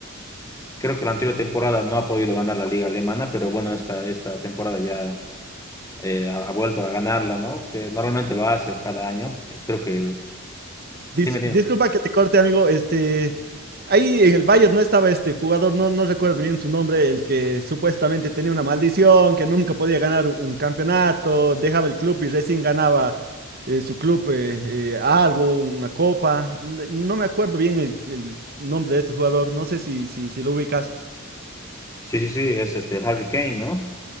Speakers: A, on the left (about 15°); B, on the right (about 50°).
A: creo que la anterior temporada no ha podido ganar la liga alemana, pero bueno, esta, esta temporada ya eh, ha, ha, vuelto a ganarla, ¿no? Que normalmente lo hace cada año. Eh, creo que...
B: Dis-
A: Dime, dime.
B: disculpa que te corte, amigo. Este, ahí en el Bayern no estaba este jugador, no, no recuerdo bien su nombre, el que supuestamente tenía una maldición, que nunca podía ganar un campeonato, dejaba el club y recién ganaba eh, su club eh, eh, algo, una copa. N- No me acuerdo bien el, el nombre de este jugador, no sé si, si, si lo ubicas.
A: Sí, sí, sí, es este Harry Kane, ¿no?